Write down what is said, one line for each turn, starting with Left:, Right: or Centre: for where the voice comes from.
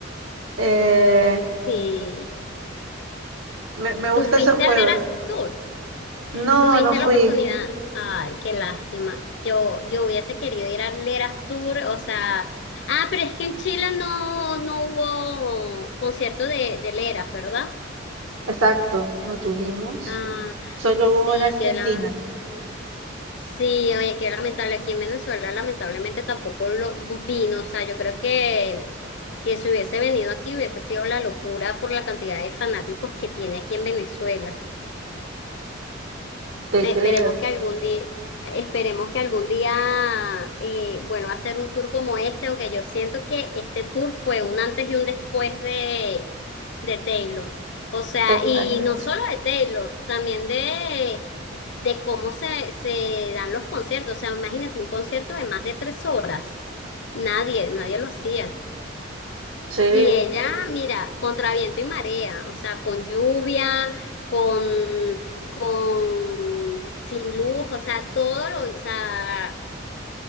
Right: Eh,
Left: Sí.
Right: me, me gusta
Left: Tú fuiste
Right: esos juegos.
Left: al Eras Tour,
Right: No,
Left: tuviste
Right: no fui.
Left: la oportunidad. Ay, qué lástima. Yo, yo hubiese querido ir al Eras Tour, o sea. Ah, pero es que en Chile no, no hubo concierto de, de Leras, ¿verdad?
Right: Exacto, no tuvimos.
Left: Ah,
Right: Solo
Left: sí,
Right: hubo en Argentina,
Left: que la Sí, oye, qué lamentable. Aquí en Venezuela, lamentablemente tampoco lo vino. O sea, yo creo que, que si hubiese venido aquí hubiese sido la locura por la cantidad de fanáticos que tiene aquí en Venezuela.
Right: te
Left: Esperemos
Right: creo,
Left: que algún día, esperemos que algún día eh, vuelva a hacer un tour como este, aunque yo siento que este tour fue un antes y un después de, de Taylor. O sea,
Right: totalmente.
Left: y no solo de Taylor, también de, de cómo se, se dan los conciertos. O sea, imagínate un concierto de más de tres horas. Nadie, nadie lo hacía.
Right: Sí.
Left: Y ella, mira, contra viento y marea, o sea, con lluvia, con, con, sin luz, o sea, todo lo, o sea,